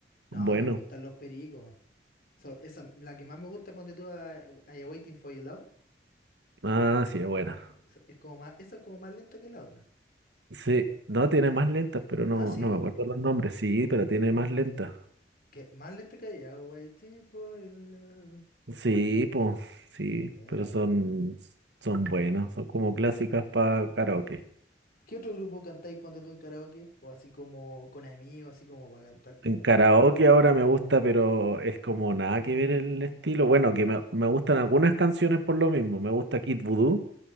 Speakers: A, on the left; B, on the right.
A: No,
B: Bueno,
A: me gustan los pericos. So- esa, la que más me gusta, ponte tú a, a Ya Waiting for Your Love.
B: ah, sí, es buena.
A: So- es como más, esa es como más lenta que la otra.
B: Sí, no, tiene más lentas, pero no,
A: Ah, sí.
B: no me acuerdo los nombres, sí, pero tiene más lentas.
A: Que más lenta que Ya Waiting for Your Love.
B: Sí, pues, sí,
A: Mira,
B: pero
A: bueno.
B: son, son buenas, son como clásicas para karaoke.
A: ¿Qué otro grupo cantáis, ponte tú en karaoke? O así como con amigos, así como para cantar como...
B: En karaoke ahora me gusta, pero es como nada que ver el estilo. Bueno, que me, me gustan algunas canciones por lo mismo. Me gusta Kid Voodoo.